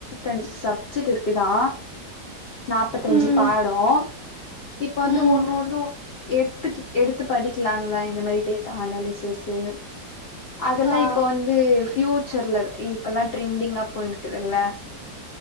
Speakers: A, on the left; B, on the right.
A: டன் சப்ஜெக்ட் இருக்குதா நாப்பதஞ்சு
B: ம்
A: பாடோ இப்ப வந்து
B: ம்
A: ஒண்ணொண்ணு எத்து எடுத்து படிக்கலால இந்த மாரி டேட்டா அனாலிசிஸ்சு அதெல்லா
B: ஆ
A: இப் ப்ப வந்து ஃபியூச்சர்ல இப்பலா ட்ரெண்டிங்கா போய்ட்டுருகுல்ல